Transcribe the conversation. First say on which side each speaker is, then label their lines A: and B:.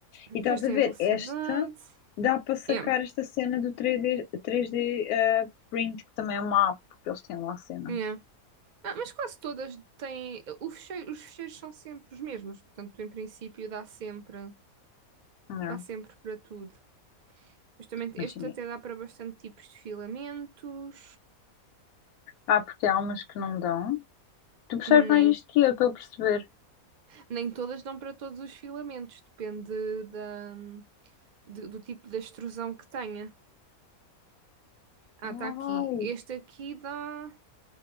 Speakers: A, on the right; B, on the left.
A: Depois
B: E estás
A: tem
B: a ver,
A: a velocidade.
B: esta dá para sacar
A: Yeah,
B: esta cena do 3D, 3D, eh, print, que também é uma app, porque eles têm lá cenas.
A: yeah. Ah, mas quase todas têm. O fecheiro- os fecheiros são sempre os mesmos, portanto, em princípio, dá sempre,
B: Não,
A: dá sempre para tudo. Justamente
B: imagina.
A: este até dá para bastante tipos de filamentos.
B: Ah, porque há umas que não dão. Tu percebes
A: Nem,
B: mais isto que eu, estou a perceber.
A: nem todas dão para todos os filamentos, depende da, de- do tipo de extrusão que tenha. Ah,
B: Ai,
A: está aqui. Este aqui dá.